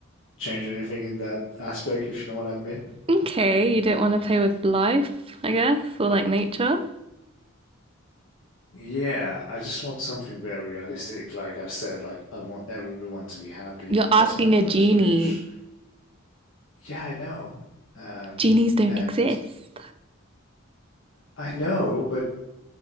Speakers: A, on the left; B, on the right.
A: change anything in that aspect, if you know what I mean.
B: Okay, you don't want to play with life, I guess, or like nature.
A: Yeah, I just want something very realistic. Like I've said, like I want everyone to be happy.
B: You're asking
A: That's my first
B: a genie.
A: wish. Yeah, I know. Um,
B: Genies don't
A: and
B: exist.
A: I know, but